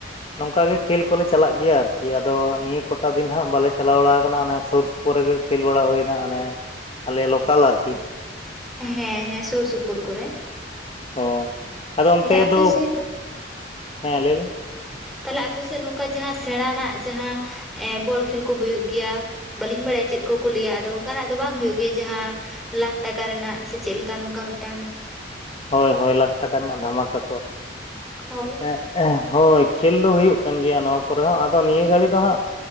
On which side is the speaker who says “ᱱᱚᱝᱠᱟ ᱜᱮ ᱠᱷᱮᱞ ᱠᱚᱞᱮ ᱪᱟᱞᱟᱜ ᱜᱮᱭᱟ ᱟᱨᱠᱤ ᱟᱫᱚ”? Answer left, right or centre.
Left